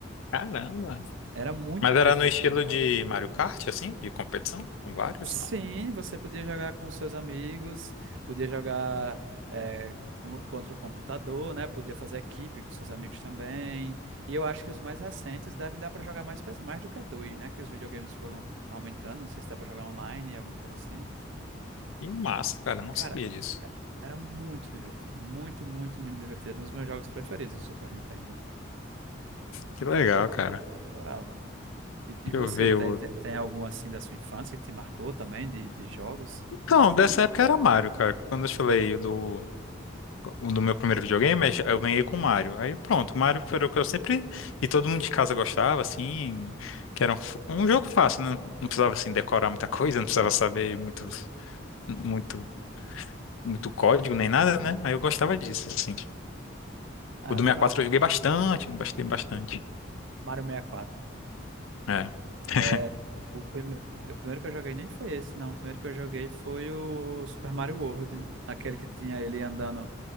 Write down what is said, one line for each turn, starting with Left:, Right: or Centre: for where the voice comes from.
Left: Caramba.
Right: Era muito
Left: Mas
Right: divertido
Left: era no estilo
Right: jogar.
Left: de Mario Kart, assim? De competição? Com vários?
Right: Sim,
Left: Não.
Right: você podia jogar com seus amigos, podia jogar é, co- contra o computador, né? Podia fazer equipe com seus amigos também. E eu acho que os mais recentes devem dar para jogar mais, pe- mais do que dois, né? Que os videogames foram aumentando. Não sei se dá para jogar online, alguma coisa assim.
Left: Que massa, cara. Não
Right: Cara,
Left: sabia disso.
Right: era muito divertido. Muito, muito, muito divertido. Um dos meus jogos preferidos do Super Nintendo.
Left: Que legal, cara.
Right: Adorava. E, e
Left: Deixa
Right: você,
Left: eu ver
Right: tem,
Left: o...
Right: tem, tem algum assim da sua infância que te marcou também, de, de jogos?
Left: Então, dessa época era Mario, cara. Quando eu te falei do... o do meu primeiro videogame, eu ganhei com Mario. Aí pronto, Mario foi o que eu sempre... E todo mundo de casa gostava, assim... Que era um, f- um jogo fácil, né? Não precisava, assim, decorar muita coisa. Não precisava saber muito... Muito... Muito código, nem nada, né? Aí eu gostava disso, assim.
Right: Ah,
Left: O
Right: eu
Left: do
Right: adorava.
Left: 64 eu joguei bastante, bastante, bastante.
Right: Mario 64.
Left: É. <laughs>
Right: É, o, prime... o primeiro que eu joguei nem foi esse, não. O primeiro que eu joguei foi o Super Mario World. Aquele que tinha ele andando